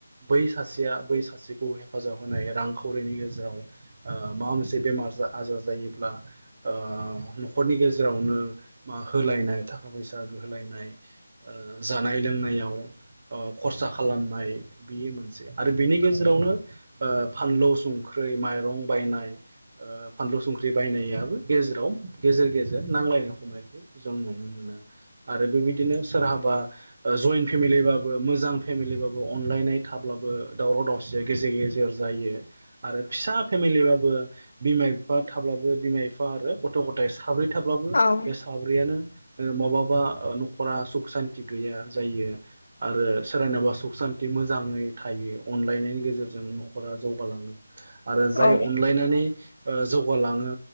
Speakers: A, on the right; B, on the left.
A: बै सासेया बै सासेखौ हेफ फाजाब होनाय रांखावरिनि गेजेराव ओ माबा मोनसे बेमार आजार जायोब्ला ओ न'खरनि गेजेरावनो मा होलायनाय थाखा फैसा गोहोलायनाय ओ जानाय लोंनायाव ओ खरसा खालामनाय। बियो मोनसे आरो बिनि गेजेरावनो ओ फानलु, संख्रै, माइरं बायनाय ओ फानलु, संख्रि बायनायाबो गेजेराव गेजेर गेजेर नांलायनाय हमलाय जों नुनो मोनो आरो बेबायदिनो सोरहाबा ओ जयेन्थ फेमिलिबाबो मोजां फेमिलिबाबो अ अनलायनाय थाब्लाबो दावराव दावसिया गेजेर गेजेर जायो। आरो फिसा फेमिलि बाबो बिमा बिफा थाब्लाबो बिमा बिफा आरो गथ' गथाय साब्रै थाब्लाबो
B: औ
A: बे साब्रैयानो ओ माबाबा ओ न'खरा सुख सान्ति गैया जायो आरो सोरानावबा सुख सान्त ति मोजाङै थायो। अनलायनायनि गेजेरजों न'खरा जौगालाङो आरो
B: औ
A: जाय
B: औ
A: अनलायनानै ओ जौगालाङो